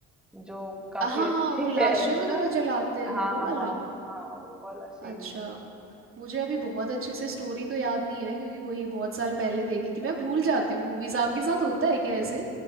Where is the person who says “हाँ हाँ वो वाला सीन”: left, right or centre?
Centre